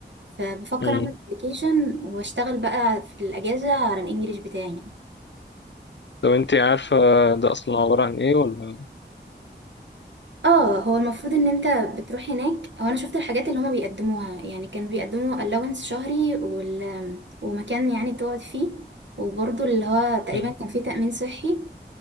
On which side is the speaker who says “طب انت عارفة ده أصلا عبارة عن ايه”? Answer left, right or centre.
Left